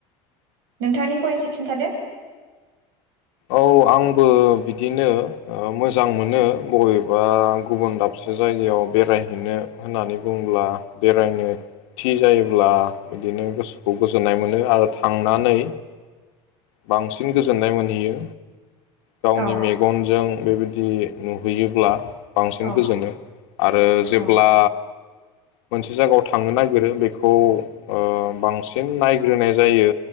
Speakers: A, on the right; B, on the left.
A: नोंथांनिखौ एसे खिन्थादो।
B: औ आं बो बिदिनो ओ मोजां मोनो बबेबा गुबुन दाबसे जायगा याव बेरायहैनो होननानै । बुंब्ला बेरायनो थि जायोब्ला बिदिनो गोसोखौ गोजोननाय मोनो आरो थांनानै बांसिन गोजोननाय मोनहैयो। गावनि
A: औ
B: मेगनजों बेबायदि नुहैयोब्ला बांसिन
A: औ
B: गोजोनो आरो जेब्ला
A: औ
B: मोनसे जायगायाव थांनो नागिरो बेखौ ओ बांसिन नायग्रोनाय जायो।